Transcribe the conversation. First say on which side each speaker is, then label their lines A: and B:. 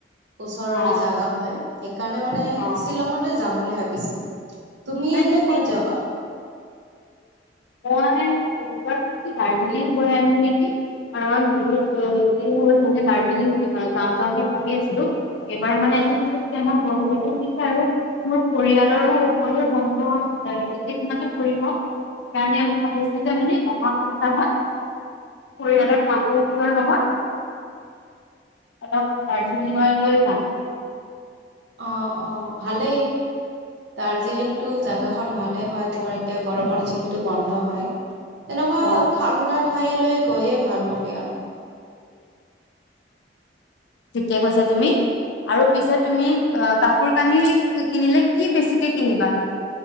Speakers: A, on the right (about 85°); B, on the left (about 80°).
A: ওচৰৰে
B: অ
A: জাগা হয়, সেইকাৰণে মানে
B: অ
A: শ্বিলঙতে যাম বুলি ভাবিছো। তুমি
B: নাই
A: এনে
B: ঠিকে
A: ক'ত
B: আছে
A: যাবা?
B: মই <unintelligible> গাৰ্জিলিং গৈ আহিম নেকি। কাৰণ <unintelligible> হল মানে, দাৰ্জিলিং যাওঁ যাওঁকে ভাবি আছিলো।
A: উম,
B: এইবাৰ মানে <unintelligible> দিছে আৰু মোৰ পৰিয়ালৰো সকলৰ বন্ধ একেইদিনতে পৰিব। সেইকাৰণে আমি ভাবিছোঁ যে মানে অহা সপ্তাহত পৰিয়ালৰ মানুহবোৰৰ লগত অলপ দাৰ্জিলিং লৈ যাম।
A: অ-অ, ' ভালেই দাৰ্জিলিংটো জাগা খন ভালে হয় তোমাৰ এতিয়া গৰমৰ যিহেতু বন্ধ হয়। তেনেকুৱা
B: অ
A: ঠাণ্ডা ঠাইলৈ গৈয়ে ভাল মানে আৰু
B: কেটিয়া গৈছা তুমি। আৰু পিছে তুমি কাপোৰ কানি কিনিলে কি বেছিকে কিনিবানো?